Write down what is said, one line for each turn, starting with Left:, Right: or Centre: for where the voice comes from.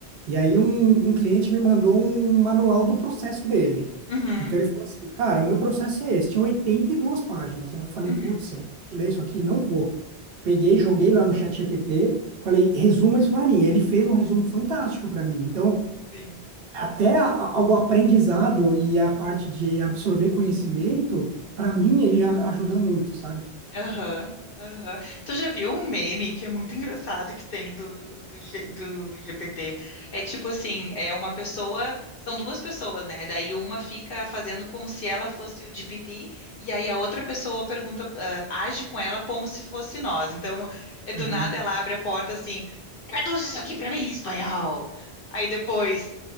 Right: E aí um, um cliente me mandou um manual do processo dele.
Left: Uhum,
Right: Então ele falou assim, cara, o meu processo é esse, tinha 82 páginas. Eu falei,
Left: uhum,
Right: putz, eu vou ler isso aqui? Não vou. Peguei, joguei lá no chat ChatGPT, falei, resuma isso para mim. Ele fez um resumo fantástico para mim. Então,
Left: sim.
Right: até a- a- o aprendizado e a parte de absorver conhecimento, para mim, ele a- ajuda muito, sabe?
Left: Aham, aham. Tu já viu um meme que é muito engraçado que tem do, do, G- do GPT? É tipo assim, é uma pessoa, são duas pessoas, né? Daí uma fica fazendo como se ela fosse o GPT, e aí a outra pessoa pergunta, ah, age com ela como se fosse nós. Então, é do
Right: Aham,
Left: nada ela abre a porta assim, traduz isso aqui pra mim em espanhol. Aí depois,